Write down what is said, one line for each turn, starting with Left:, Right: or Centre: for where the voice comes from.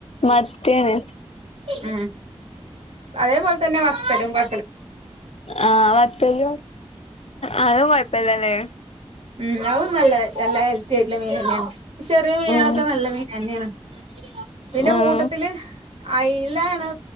Left: മത്യേണ്
Right: ഉം അതേപോലെ തന്നെ വത്തലും കൊയ്
Left: ആഹ വത്തല് ആതോ കൊഴപ്പില്ലല്ലേ?
Right: ഉം നല്ല നല്ല ഹെൽത്തി ആയിട്ട ചെറിയ മീനുകളൊക്കെ
Left: ഉം
Right: നല്ല മീൻ തന്നെയാണ്. പിന്നെ
Left: ഉം
Right: കൂട്ടത്തില് അയില്ലാണ്.